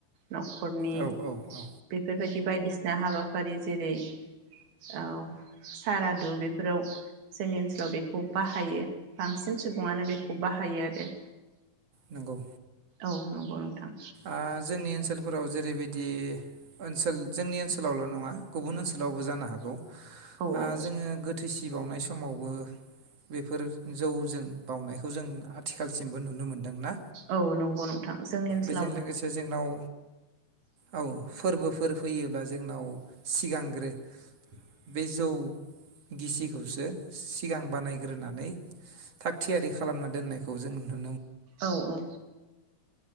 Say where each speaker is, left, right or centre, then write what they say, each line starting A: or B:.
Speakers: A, on the right; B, on the right.
A: न'खरनि
B: औ औ औ
A: बेफोरबायदि बायदिसिना हाबाफारि जेरै औ सारादु बेफोराव जोंनि ओनसोलाव बेखौ बाहायो बांसिन सुबुङानो बेखौ बाहायो आरो
B: नोंगौ।
A: औ नंगौ नोंथां।
B: ओ जोंनि ओनसोलफोराव जेरैबायदि सोल जोंनि ओनसोलावल नंङा। गुबुन ओनसोलावबो जानो हागौ।
A: औ
B: ओ
A: औ
B: जोंङो गोथैसि गोथै बावनाय समावबो बेफोर जौजों बावउनायखौ जों आथिखालसिमबो नुनो मोन्दोंना।
A: औ नंगौ नोंथां जोंनि ओनसोल
B: बेजों लोगोसे जोंनाव औ फोरबोफोर फैयो। अब्ला जोंनाव सिगांग्रो बे जौ गिसिखौसो सिगां बानायग्रोनानै। थाग थियारि खालामना दोननायख। खौ जों नुदों।
A: औ औ।